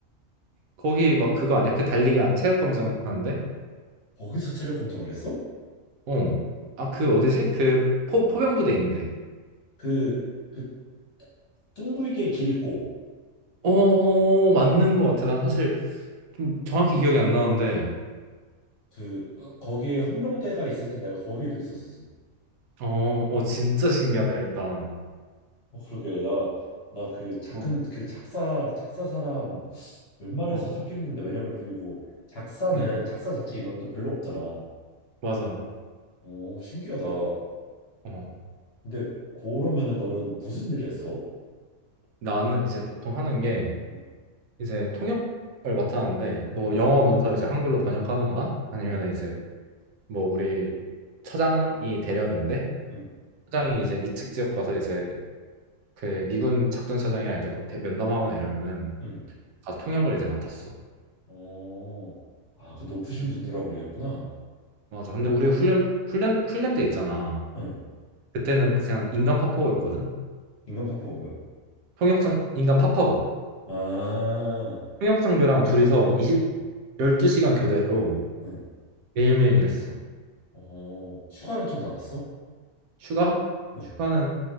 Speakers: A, on the right; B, on the left.
A: 거기 막 그거 아니야? 그 달리기 안 체력 검정 하는데?
B: 거기서 체력 검정을 했어?
A: 어. 아, 그 어디지? 그 포, 포병부대 있는데.
B: 그그 둥글게 길 있고
A: 어, 어, 어, 맞는 것 같아. 나 사실 좀 정확히 기억이 안 나는데.
B: 그 어, 거기에 헌병대가 있을 때 내가 거기에도 있었었어.
A: 어, 어, 진짜 신기하다, 일단.
B: 어 그러게 나 나 그 작은
A: 어,
B: 그 작사 작사 사람 웬만해서
A: 어,
B: 찾기 힘든데 왜냐면 그리고 작사는
A: 음,
B: 작사 자체 인원도 별로 없잖아.
A: 맞아.
B: 오 신기하다. 고
A: 어.
B: 근데 그러면은 너는 무슨 일을 했어?
A: 나는 이제 보통 하는 게
B: 응
A: 이제 통역을 맡았는데, 뭐
B: 응
A: 영어 문서 이제 한글로 번역하던가, 아니면
B: 응
A: 이제 뭐 우리 처장이 대령인데,
B: 응
A: 처장이 이제 미측 지역 가서 이제 그 미군 작전차장이랑 이제 뭐 대- 면담하거나 이러면은
B: 응
A: 가서 통역을 이제 맡았어.
B: 어, 아, 그 높으신
A: 음,
B: 분들하고 일했구나.
A: 맞아. 근데 우리 훈련 훈련 훈련 때 있잖아.
B: 응,
A: 그때는 그냥 인간 파파고였거든.
B: 인간 파파가 뭐야?
A: 통역장 인간 파파고.
B: 아,
A: 통역 장교랑 둘이서 20
B: 응,
A: 12시간 교대로
B: 응.
A: 매일매일 일했어.
B: 어, 휴가는 좀 나갔어?
A: 휴가?
B: 네
A: 휴가는